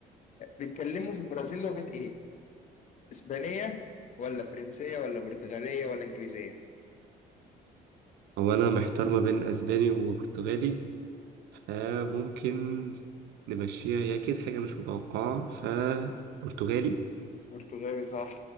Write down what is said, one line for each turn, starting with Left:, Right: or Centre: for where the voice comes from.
Left: بيتكلموا في البرازيل لغة ايه؟ اسبانية ولا فرنسية ولا برتغالية ولا انجليزية؟
Right: هو انا محتار ما بين اسباني وبرتغالي فممكن نمشيها هي اكيد حاجة مش متوقعة فبرتغالي
Left: برتغالي صح